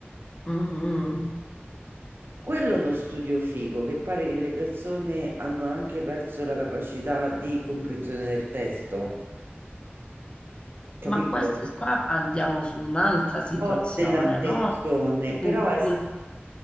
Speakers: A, on the left (about 25°); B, on the right (about 55°).
A: Mm,
B: quello è uno studio figo che pare che le persone hanno anche perso la capacità di comprensione del testo, capito?
A: ma questo, qua andiamo su un'altra situazione,
B: O dell'attenzione,
A: no? Tu,
B: però è,
A: sul,